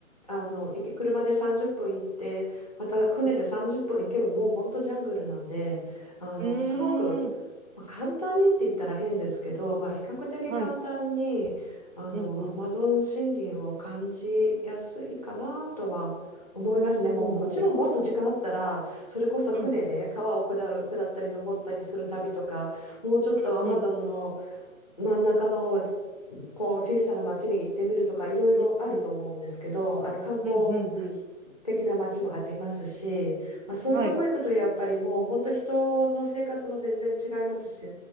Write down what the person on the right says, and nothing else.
うん。
うーん。
はい。
うんうん。
ほう。
うん。
うんうん。
うんうん。うんうんうん。
はい。